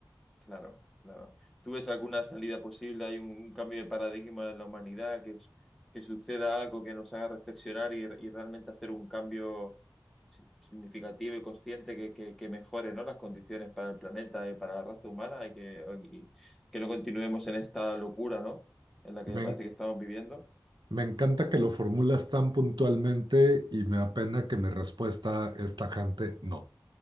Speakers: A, in the centre; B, on the right (about 80°).
A: Claro, claro. ¿Tú ves alguna salida posible? ¿Hay un, un cambio de paradigma en la humanidad? Que, s- que suceda algo que nos haga reflexionar y, y realmente hacer un cambio si- significativo y consciente que, que, que mejore, ¿no? las condiciones para el planeta y para la raza humana y que, y que no continuemos en esta locura, ¿no? en la que
B: Me,
A: parece
B: en-
A: que estamos viviendo.
B: me encanta que lo formulas tan puntualmente y me apena que mi respuesta es tajante, no,